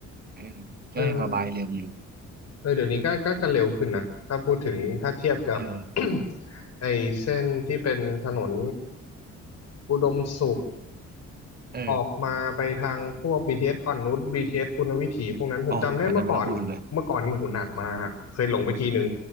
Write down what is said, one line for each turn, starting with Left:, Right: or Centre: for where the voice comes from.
Right: เออก็ยังระบายเร็วอยู่
Left: เออเออเดี๋ยวนี้ก็ก็ก็เร็วขึ้นนะ ถ้าพูดถึงถ้าเทียบกับ
Right: เออ
Left: <coughs> ไอ้เส้นที่เป็นถนนอุดมสุข
Right: เออ
Left: ออกมาไปทางพวก BTS อสอ่อนนุช BTS ปุณณวิถีพวกนั้นผมจำได้เมื่อก่อน
Right: อ๋ออันนั้นไม่ต้องพูดถึงเลย
Left: เมื่อก่อนนี่โหูหนักมากเคยหลงไปทีนึง